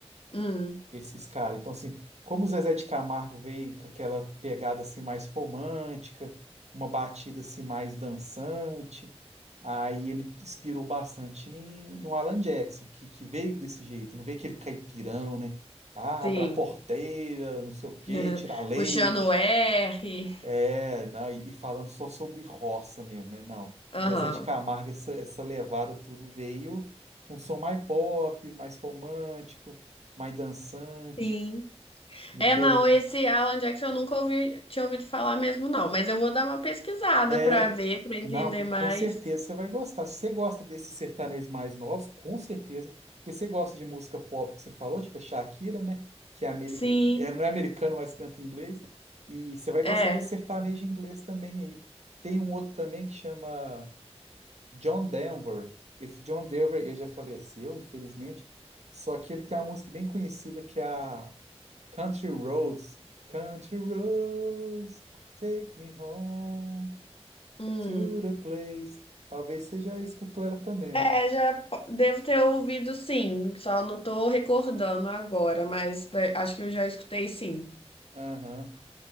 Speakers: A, on the left (about 60°); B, on the right (about 85°).
A: Hum,
B: esses caras. Então, assim, como o Zezé de Camargo veio com aquela pegada assim mais romântica, uma batida assim mais dançante, aí ele inspirou bastante em- no Alan Jackson, que, que veio desse jeito, não veio aquele caipirão, né? Ah,
A: sim.
B: Abra a porteira, não sei o quê,
A: <laughs>
B: tirar leite.
A: Puxando o R.
B: É, não, e, e falando só sobre roça mesmo, né? Não.
A: Aham.
B: O Zezé de Camargo, essa, essa levada tudo veio com som mais pop, mais romântico, mais dançante,
A: Sim.
B: diferente.
A: É, não, esse Alan Jackson eu nunca ouvi, tinha ouvido falar mesmo, não. Mas eu vou dar uma pesquisada
B: É,
A: pra ver, pra entender
B: não, c-
A: mais.
B: com certeza você vai gostar. Se você gosta desses sertanejos mais novos, com certeza, porque você gosta de música pop que você falou, tipo a Shakira, né? Que é, ameri-
A: Sim,
B: que é- não é americano, mas canta em inglês. E você vai gostar
A: é.
B: desse sertanejo inglês também aí. Tem um outro também que chama. John Denver. Esse John Denver, ele já faleceu, infelizmente. Só que ele tem uma música bem conhecida que é a Country Roads. Country Roads, take me home
A: Hum.
B: to the place. Talvez você já escutou ela também.
A: É, já po- devo ter ouvido sim, só não tô recordando agora, mas né, acho que eu já escutei sim.
B: Aham.